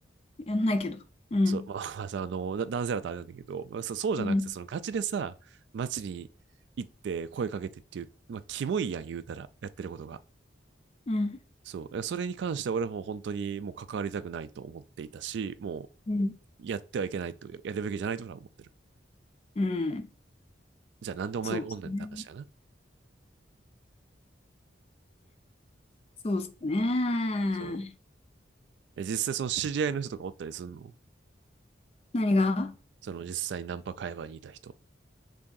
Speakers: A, on the left; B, on the right.
A: やんないけど。うん、
B: そう、まあ、<laughs> まあさ、あの、な男性だとあれなんだけど、まあ、そそうじゃなくて、
A: うん、
B: そのガチでさ、街に行って声かけてっていう、まあ、キモいやん、言うたら、やってることが。
A: うん、
B: そう。それに関しては俺も本当にもう関わりたくないと思っていたし、も
A: うん、
B: うやってはいけないと、やるべきじゃないと俺は思ってる。
A: うん、
B: じゃあなんでお前がおんねんって話やな。
A: そうですね。そうですね。
B: そう。え実際その知り合いの人とかおったりするの
A: 何が
B: その実際ナンパ会話にいた人。